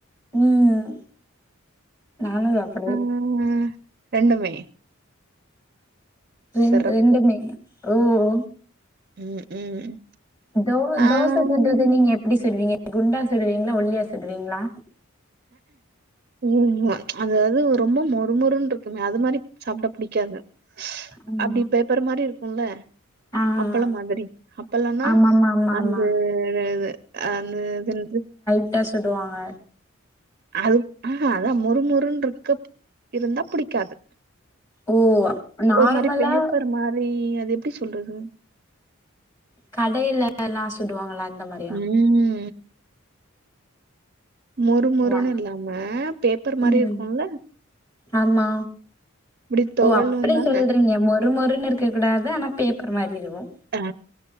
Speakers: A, on the left; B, on the right.
A: ம் நானு சாப்புடுவே
B: ஆ ரெண்டுமே
A: ரெண்
B: சிறப்பு
A: ரெண்டுமே ஒ ஓ
B: ம் ம் ம்
A: தோ
B: ஆ
A: தோச சுட்றது நீங்க எப்டி சுடுவிங்க குண்டா சுடுவிங்களா ஒல்லியா சுடுவிங்களா
B: ம் ம் அதாது ரொம்ப மொறுமொறுன்று இருக்குமே அது மாரி சாப்ட புடிக்காது
A: ஆ
B: அப்டி பேப்பர் மாரி இருக்குல்ல
A: ஆ
B: அப்பளம் மாதிரி அப்பளம்னா
A: ஆமாமா ஆமாமா
B: அந்த இது அந்த இது என்னது
A: ட்ட சுடு வாங்க
B: அது ஆஹா அதா மொறுமொறுன் இருக்க இருந்தா புடிக்காது
A: ஓ நார்மலா
B: ஒரு மாரி பேப்பர் மாரி அது எப்டி சொல்றது
A: கடையிலல்லா சுடுவாங்கள்ள அந்த மாரி
B: ம் மொறு மொறுன்னு
A: வ
B: இல்லாம பேப்பர் மாரி
A: ம்
B: இருக்குல்ல
A: ஆமா
B: இப்டி தொவழும்
A: ஓ அப்டி
B: தான
A: சொல்றீங்க மொறு மொறுமொறுன்னு இருக்க கூடாது ஆனா பேப்பர் மாரி இருக்கு
B: ஆ